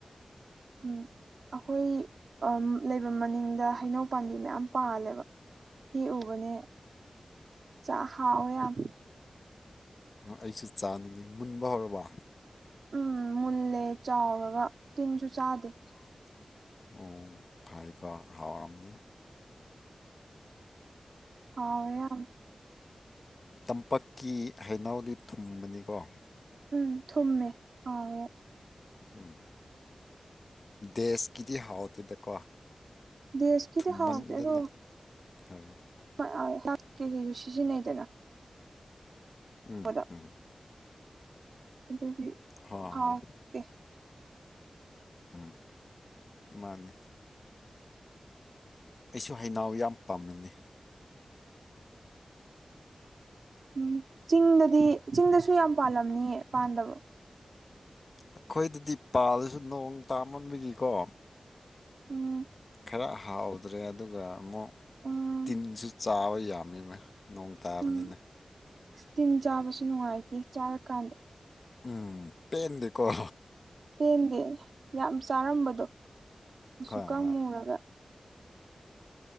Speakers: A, on the right; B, on the left.
A: ꯎꯝ ꯑꯩꯈꯣꯏ ꯑꯝ ꯂꯩꯕ ꯃꯅꯤꯡꯗ ꯍꯩꯅꯧ ꯄꯥꯝꯕꯤ ꯃꯌꯥꯝ ꯄꯥꯜꯂꯦꯕ ꯍꯦꯛꯎꯕꯅꯦ ꯆ ꯍꯥꯎꯋꯦ ꯌꯥꯝ
B: ꯑꯩꯁꯨ ꯆꯥꯅꯤꯡꯉꯤ ꯃꯨꯟꯕ ꯍꯧꯔꯕ
A: ꯎꯝ ꯃꯨꯜꯂꯦ ꯆꯥꯎꯔꯒ ꯇꯤꯟꯁꯨ ꯆꯥꯗꯦ
B: ꯆꯗꯦ ꯎ ꯐꯩꯀꯣ ꯍꯥꯎꯔꯝꯅꯤ
A: ꯍꯥꯎꯋꯦ ꯌꯥꯝ
B: ꯇꯝꯄꯛꯀꯤ ꯍꯩꯩꯅꯧꯗꯤ ꯊꯨꯝꯕꯅꯤꯀꯣ
A: ꯎꯝ ꯊꯨꯝꯃꯦ ꯍꯥꯑꯣꯏ
B: ꯎꯝ ꯗꯦꯁꯀꯤꯗꯤ ꯍꯥꯎꯇꯦꯗꯀꯣ
A: ꯗꯦꯖꯀꯤꯗꯤ
B: ꯊꯨꯝꯃꯟꯗꯅ
A: ꯍꯥꯎꯇꯗꯣ
B: ꯍꯣꯏ
A: ꯑꯗꯣ ꯍ ꯀꯦ <unintelligible> ꯀꯁꯨ ꯁꯤꯖꯤꯟꯅꯩꯗꯅ
B: ꯎꯝ
A: ꯄꯣꯠꯇ
B: ꯎꯝ
A: ꯑꯗꯨꯒꯤ
B: ꯍꯣ
A: ꯍꯥꯎꯠ
B: ꯍꯣ
A: ꯇꯦ
B: ꯎꯝ ꯃꯥꯅꯦ ꯑꯩꯁꯨ ꯍꯩꯩꯅꯎ ꯌꯥꯝ ꯄꯥꯝꯃꯤꯟꯅꯦ
A: ꯎꯝ ꯆꯤꯡꯗꯗꯤ ꯆꯤꯡꯗꯁꯨ ꯌꯥꯝ ꯄꯥꯜꯂꯝꯅꯤ ꯄꯥꯟꯗꯕ꯭ꯔꯣ
B: ꯑꯩꯈꯣꯏꯗꯗꯤ ꯄꯥꯜꯂꯁꯨ ꯅꯣꯡ ꯇꯥꯃꯟꯕꯒꯤꯀꯣ
A: ꯎꯝ
B: ꯈꯔ ꯍꯥꯎꯗ꯭ꯔꯦ ꯑꯗꯨꯒ ꯑꯃꯨꯛ
A: ꯎꯝ
B: ꯇꯤꯟꯁꯨ ꯆꯥꯕ ꯌꯥꯝꯃꯤꯕ ꯅꯣꯡ ꯇꯥꯕꯅꯤꯅ
A: ꯎꯝ ꯇꯤꯟ ꯆꯥꯕꯁꯨ ꯅꯨꯡꯉꯥꯏꯇꯦ ꯆꯥꯔꯀꯥꯟꯗ
B: ꯎꯝ ꯄꯦꯟꯗꯦꯀꯣ
A: ꯄꯦꯟꯗꯦ ꯌꯥꯝ ꯆꯥꯔꯝꯕꯗꯣ ꯃꯨꯁꯨꯛ
B: ꯍꯣꯏ
A: ꯀ
B: ꯍꯣꯏ
A: ꯃꯨꯔꯒ